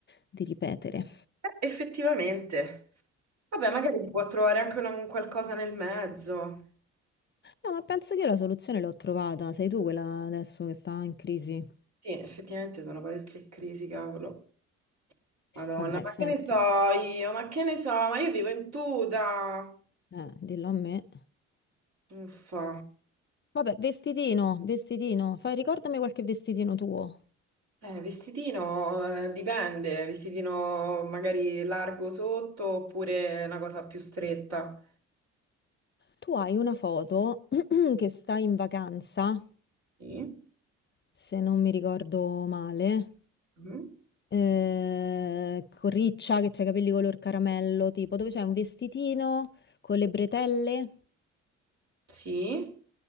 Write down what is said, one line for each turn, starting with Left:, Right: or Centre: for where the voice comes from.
Left: di ripetere.
Right: Eh, effettivamente. Vabbè, magari si può trovare anche una- un qualcosa nel mezzo.
Left: No, ma penso che io la soluzione l'ho trovata, sei tu quella adesso che sta in crisi.
Right: Sì, effettivamente sono parecchie crisi, cavolo. Madonna,
Left: Vabbè,
Right: ma
Left: senti,
Right: che ne so io? Ma che ne so? Ma io vivo in tuta.
Left: eh, dillo a me.
Right: Uffa.
Left: Vabbè, vestitino, vestitino, fai, ricordami qualche vestitino tuo.
Right: Eh, vestitino, eh, dipende, vestitino magari largo sotto oppure una cosa più stretta.
Left: Tu hai una foto <clears throat> che stai in vacanza
Right: Sì.
Left: se non mi ricordo male,
Right: Mhm.
Left: eh, con Riccia che c'ha i capelli color caramello, tipo dove c'è un vestitino con le bretelle,
Right: Sì.